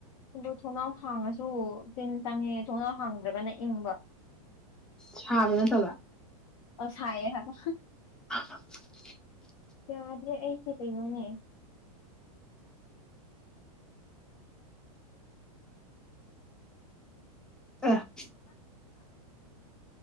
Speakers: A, on the left; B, in the centre.
A: ꯑꯗꯨ ꯊꯣꯡꯅꯥꯎ ꯍꯥꯡꯉꯁꯨ ꯇꯤꯟ ꯆꯪꯉꯦ ꯊꯣꯡꯅꯥꯎ ꯍꯥꯡꯗ꯭ꯔꯒꯅ ꯏꯪꯕ
B: ꯁꯥꯕ ꯅꯠꯇꯕ
A: ꯑꯣ ꯁꯥꯌꯦꯍꯥꯏꯕ ꯍ
B: <unintelligible>
A: ꯌꯗ꯭ꯔꯦ ꯑꯩꯁꯦ ꯀꯩꯅꯣꯅꯦ
B: ꯑ <unintelligible>
A: ꯎ <unintelligible>